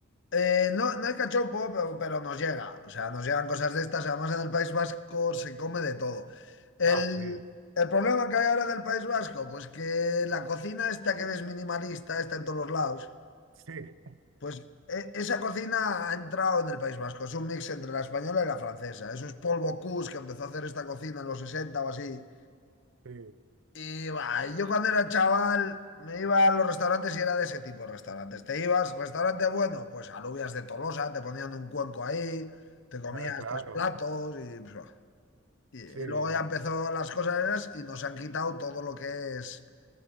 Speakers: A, on the left; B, on the right.
A: Eh, no, no hay cachopo pero, pero nos llega. O sea, nos llegan cosas de estas. Además, en el País Vasco se come de todo. El,
B: Ah, sí,
A: el problema que hay ahora del País Vasco, pues que la cocina esta que ves minimalista, está en todos los lados,
B: sí.
A: pues e- esa cocina ha entrado en el País Vasco. Es un mix entre la española y la francesa. Eso es Paul Bocuse, que empezó a hacer esta cocina en los 60 o así.
B: Sí,
A: Y bah, yo cuando era chaval me iba a los restaurantes y era de ese tipo de restaurantes. Te ibas, restaurante bueno, pues alubias de Tolosa, te ponían un cuenco ahí, te comías
B: ah, claro,
A: tres platos y, pues, bah. y, y
B: sí, y-
A: luego ya empezó las cosas esas y nos han quitado todo lo que es